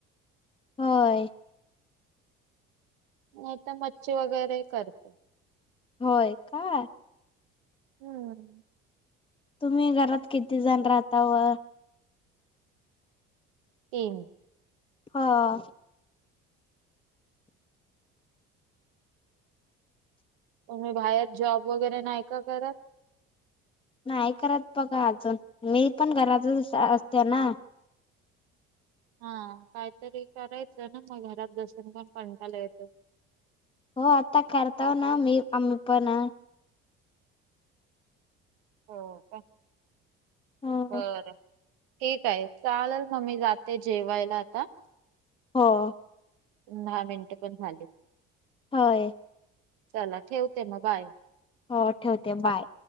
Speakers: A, on the left (about 15°); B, on the right (about 85°).
A: होय.
B: नाहीतर मच्छी वगैरे करतो.
A: होय, का?
B: हम्म
A: तुम्ही घरात किती जण राहता व?
B: तीन.
A: हा.
B: तुम्ही बाहेर जॉब वगैरे नाही का करत?
A: नाही करत बघा अजून, मी पण घरातच अस- असते ना,
B: हा काहीतरी करायचं ना, मग घरात बसून पण कंटाला येतो.
A: हो आता करताव ना मी आम्ही पण अं.
B: हो का?
A: हो
B: बरं. ठीक आहे, चालंल मं मी जाते जेवायला आता.
A: हो,
B: दहा मिनटं पण झालीत.?
A: होय,?
B: चला ठेवते मग बाय,
A: हो ठेवते बाय,